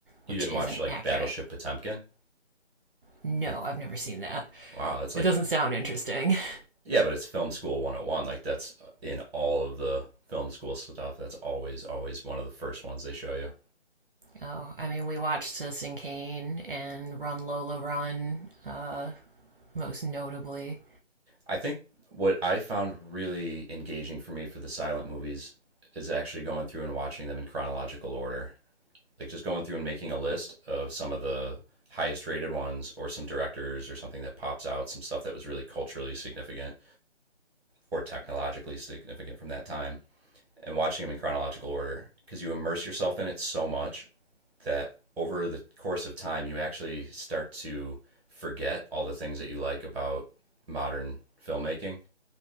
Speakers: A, in the centre; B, on the right.
A: You
B: which
A: didn't
B: isn't
A: watch like
B: accurate
A: Battleship Potemkin?
B: no
A: Like,
B: i've never seen that
A: wow, that's
B: It
A: like,
B: doesn't sound interesting. <laughs>
A: yeah, but it's film school 101. Like, that's in all of the film school stuff. That's always, always one of the first ones they show you.
B: Oh, I mean, we watched Citizen Kane and Run Lola Run, uh, most notably.
A: I think what I found really engaging for me for the silent movies is actually going through and watching them in chronological order. like just going through and making a list of some of the highest rated ones or some directors or something that pops out, some stuff that was really culturally significant or technologically significant from that time, and watching them in chronological order because you immerse yourself in it so much that over the course of time, you actually start to forget all the things that you like about modern filmmaking